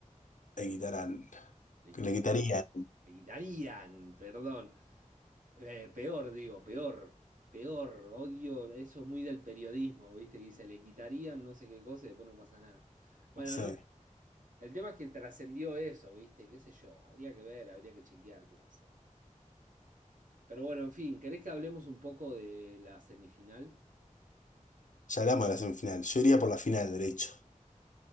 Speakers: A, on the left; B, on the right.
A: Le quitarán,
B: Le
A: le
B: quitarían,
A: quitarían,
B: le quitarían, perdón. Eh, peor, digo, peor, peor. Odio, eso es muy del periodismo, ¿viste? Dice, le quitarían no sé qué cosa y después no pasa nada. Bueno,
A: no sé.
B: no, el tema es que trascendió eso, ¿viste? ¿Qué sé yo? Habría que ver, habría que chequear qué pasó. Pero bueno, en fin, ¿querés que hablemos un poco de la semifinal?
A: Ya hablamos de la semifinal. Yo iría por la final, derecho,